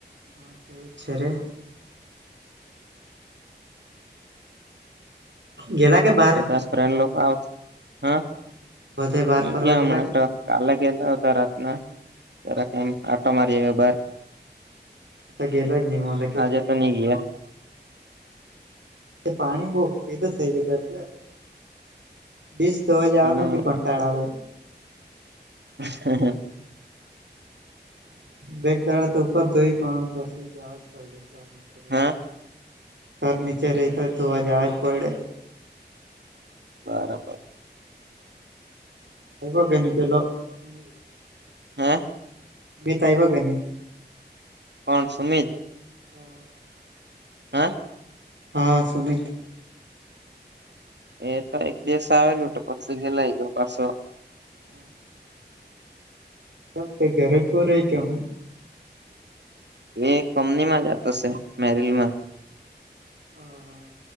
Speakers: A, on the right; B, on the right.
A: હ તેવું જ છે રે ગેલા કે બા
B: બધા ફ્રેન્ડ લોકો આવ હા
A: બધે બહાર
B: ની
A: ફરવા
B: ગયા
A: ગેલા
B: હમણા તો. કાલે કેતા હતા રાતના જરાક એમ આટો મારી આવ્યે બાર.
A: ઉત ગેલો જ ની માલે કેતે
B: આજે તો નહી ગયા
A: એ પાણી બો પેદો થઈ ગયું એટલે ડીશ ધોવા જવાનું
B: હમ
A: ભી કંટાળો આવે
B: <unintelligible>
A: બેગદાળાત ઉપર ધોહી પાણ પસી જજ પડી
B: હા
A: સર નીચે રહે તા તો ધોવા જાવાજ પડે
B: બરાબર
A: ખબ કે ની પેલો <unintelligible>
B: હે
A: મીત આવ્યો કે ની
B: કોણ સુમિત
A: હા
B: હા
A: હા સુમિત
B: એ તો એક દિવસ આવેલો ઉટ પસ ગેલાય ગો પાસો
A: હા સબ તે ધેરે જ બો રેય કે હું.
B: એ કપની માં જતો છે મેરીલમાં.
A: હા હા